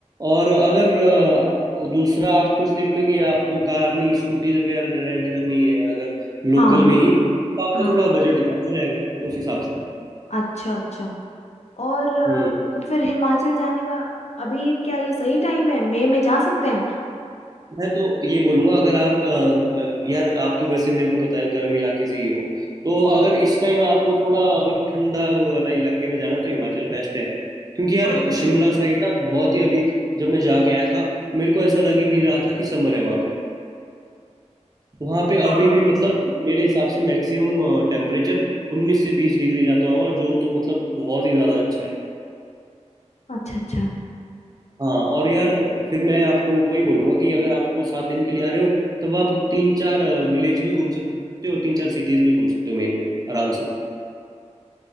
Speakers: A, on the right; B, on the left.
A: और अगर अ, दूसरा आप कुछ देखते हो कि आपको कार नहीं स्कूटीज वगैरह रेंट करनी है अगर लोकल
B: हाँ हाँ
A: में ही तो आपका
B: हाँ
A: थोड़ा बजट कम हो जाएगा उस हिसाब से
B: अच्छा अच्छा और अ,
A: हम्म।
B: तो फिर हिमाचल जाने का अभी क्या ये सही टाइम है मई में जा सकते हैं
A: मैं तो ये बोलूंगा अगर आप अ, अ, यार आप तो वैसे मेरे को पता है गर्म इलाके से ही हो तो अगर इस टाइम आपको थोड़ा अगर ठंडा वाला इलाके में जाना है, तो हिमाचल बेस्ट है क्योंकि यार
B: हाँ हाँ
A: शिमला साइड ना बहुत ही अभी जब मैं जाके आया था मेरे को ऐसा लग ही नहीं रहा था कि समर है वहां पे वहां पे अभी
B: हाँ,
A: भी मतलब मेरे हिसाब से मैक्सिमम टेम्परेचर उन्नीस से बीस डिग्री जाता होगा जो तो मतलब बहुत ही ज्यादा अच्छा है
B: अच्छा अच्छा
A: हाँ और यार फिर मैं आपको वही बोलूंगा कि अगर आपको सात दिन के लिए आ रहे हो तब आप तीन चार विलेज भी घूम सकते हो तीन चार सिटीज भी घूम सकते हो मेन मेन आराम से